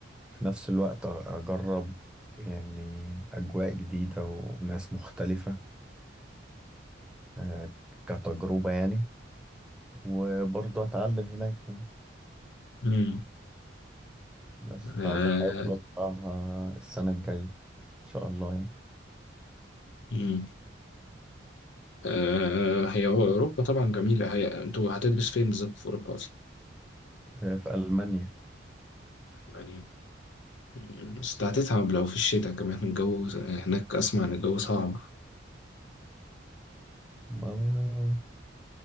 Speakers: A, in the centre; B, on the left.
A: في نفس الوقت أ- أجرب يعني أجواء جديدة وناس مختلفة آه، كتجربة يعني وبرضه أتعلم هناك يعني
B: امم
A: بس فبحاول
B: آه
A: أطلعها السنة الجاية إن شاء الله يعني
B: امم آه هي هو أوروبا طبعا جميلة هي انتوا هتدرس فين بالظبط في أوروبا أصلا؟
A: آه، في ألمانيا
B: يعني مم، بس هتتعب لو في الشتاء كمان <laughs> الجو هناك أسمع إن الجو صعب
A: ما هو